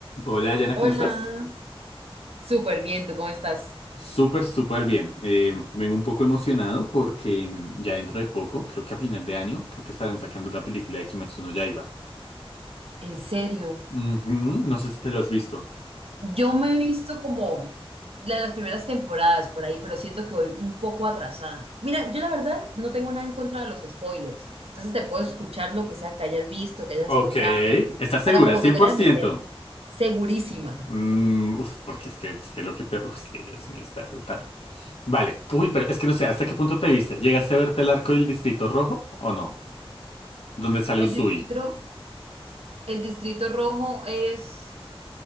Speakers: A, on the left; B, on the right.
A: Hola, Yana,
B: Hola,
A: ¿cómo estás?
B: súper bien, ¿tú cómo estás?
A: Súper, súper bien. Eh, vengo un poco emocionado porque mm, ya dentro de poco, creo que a final de año, creo que estarán sacando la película de Kimetsu no Yaiba.
B: En serio,
A: Ujú, No sé si te lo has visto.
B: yo me he visto como la de las primeras temporadas por ahí, pero siento que voy un poco atrasada. Mira, yo la verdad no tengo nada en contra de los spoilers, entonces te puedo escuchar lo que sea que hayas visto, que hayas
A: Ok,
B: escuchado,
A: ¿estás
B: para
A: segura?
B: como
A: 100%.
B: volver a meterme. Segurísima.
A: Mm, uf, porque es que, es que lo que te... Uf, es que Dios mío, está brutal. Vale. Uy, pero es que no sé, ¿hasta qué punto te viste? ¿Llegaste a verte el arco del Distrito Rojo o no? ¿Dónde sale
B: El
A: Usui?
B: distrito, el distrito rojo es...